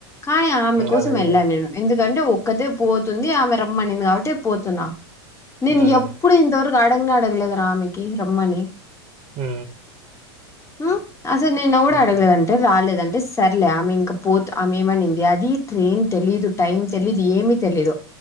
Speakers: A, on the left; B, on the right.
A: కానీ ఆమె కోసం
B: అదే గదా!
A: వెళ్ళా నేను ఎందుకంటే ఒక్కతే పోతుంది ఆమె రమ్మనింది కాబట్టి పోతున్న నేను
B: హ్మ్.
A: ఎప్పుడు ఇంతవరకు అడగనే అడగలేదరా ఆమికి రమ్మణి
B: హు
A: ఉ అసలు నిన్న కూడ
B: హ్మ్.
A: అడగలేదంట రాలేదంటే సర్లే ఆమె ఇంక పోత్ ఆమేమనింది అదీ ట్రేన్ తెలీదు టైం తెలీదు ఏమీ తెలీదు